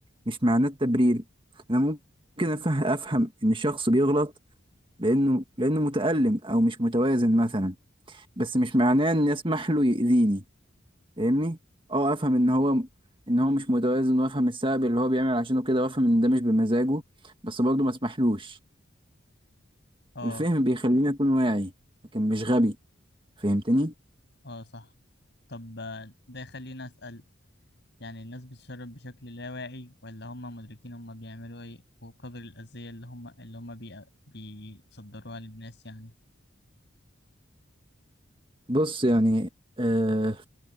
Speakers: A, on the right; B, on the left.
A: مش معناه التبرير انا ممكن أفه- افهم ان الشخص بيغلط لانه لانه متألم او مش متوازن مثلا بس مش معناه ان اسمح له يأذيني فاهمني اه افهم ان هو ان هو مش متوازن وافهم السبب اللي هو بيعمل عشانه كده وافهم ان ده مش بمزاجه بس برضه ما اسمحلوش
B: اه
A: الفهم بيخليني اكون واعي لكن مش غبي فهمتني
B: اه صح طب آه، ده خلينا أسأل يعني الناس بتشرب بشكل لا واعي ولا هم مدركين هم بيعملوا ايه وقدر الأذية اللي هم اللي هم بي... بيصدروها للناس يعني
A: بص يعني آه